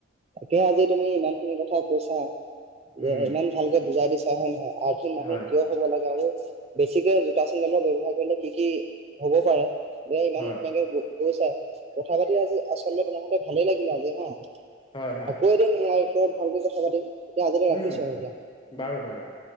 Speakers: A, on the right; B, on the left.
A: তাকে আজি তুমি ইমান খিনি কথা কৈছা যে
B: উম
A: ইমান ভালকে বুজাই দিছা হয় নহয় আথিন মানুহ
B: হয়
A: কিয় হ'ব লাগে আৰু বেছিকে জোতা চেন্দেলৰ ব্য্ৱহাৰ কৰিলে কি কি হ'ব পাৰে। এ ইমান
B: হয়
A: ধুনেকে কৈছা কথা পাতি আজি আচলতে তোমাক সতে ভালেই লাগিলে আজি হা।
B: হয় হয়
A: আকোৱে দিমাৰ ওৰত ভালকে কথা পাতিম এতিয়া আজতে ৰাখিছো
B: উম
A: আৰু এতিয়া।
B: বাৰু বাৰু।